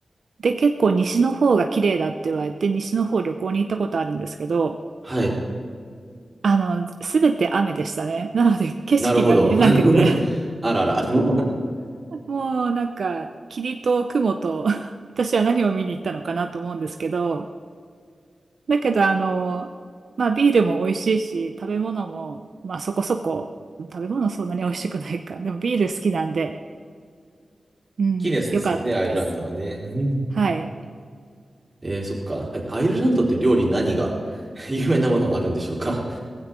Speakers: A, on the right (about 70°); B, on the right (about 25°).
A: で、結構西の方が綺麗だって言われて、西の方旅行に行ったことあるんですけど、
B: はい。
A: あの、すべて雨でしたね。なので、景色が見れなくて
B: なるほど。<laughs> あらら。<laughs>
A: もうなんか、霧と雲と <laughs> 私は何を見に行ったのかなと思うんですけど、だけどあの、まあビールも美味しいし、食べ物も、まあそこそこ、食べ物そんなに美味しくないか。でもビール好きなんで、うん、
B: ギネスですよね、
A: 良かったです。
B: アイルランドはね。うん
A: はい。
B: えー、そっか。あアイルランドって料理何が <laughs> 有名なものあるんでしょうか。